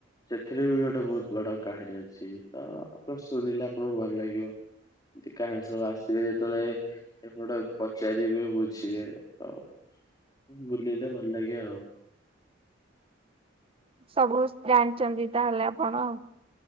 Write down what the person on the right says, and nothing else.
ସବୁ ଜାଣିଛନ୍ତି ତାହେଲେ ଆପଣ।